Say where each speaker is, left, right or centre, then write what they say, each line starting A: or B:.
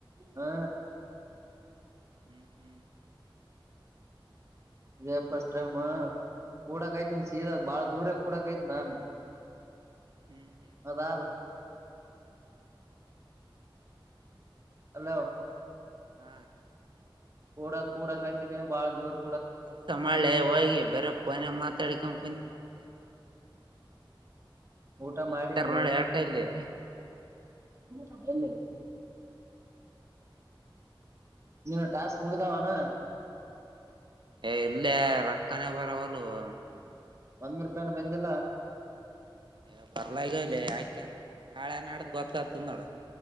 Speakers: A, on the right; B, on the right.
A: ಹಾ
B: ಹ್ಮ್ ಹ್ಮ್
A: ಇದೆ ಫಸ್ಟ್ ಟೈಮ್ ಕೂಡಕತನೀ ಸೀದಾ ಬಾಳ ದೂರ ಕೂಡಕ್ಐತಿ ನಾನ್.
B: ಹ್ಮ್ ಹ್ಮ್
A: ಅದಲ್ಲ ಹಲೋ
B: ಹ್ಮ
A: ಕೂಡದ್ ಕೂಡಕತ್ನಿ ಬಾಳ ದೋರ್
B: ಕೆಲ್ಸ ಮಾಡ್ಲೇ ಹೋಗಿ ಬರೆ ಫೋನ್ಯಾಗ ಮಾತಾಡಿಕೊಂಡ ಕುಂತತ್ ಮತೇ.
A: ಊಟ
B: ಬಿಗಿತಾರ್
A: ಮಾಡನ್ಲೆ.
B: ನೋಡಿ ಏಟ ಇಲ್ಲಿ
A: ಹ ಇಲ್ಲ <unintelligible> ನಿನಗ್ ಟಾಸ್ಕ್ ಮುಗುದವನ್.
B: ಏ ಇಲ್ಲೇ ರಕ್ಕನೆ ಬರವಲುವು.
A: ಒಂದ್ ರೂಪಾಯಾನ ಬಂದಿಲ್ಲ
B: ಏ ಬರ್ಲಗವಲೆ ಯಾಕೆನ ನಾಳೆ ನಾಡದ ಗೊತ್ತಾತದ ನೋಡ್.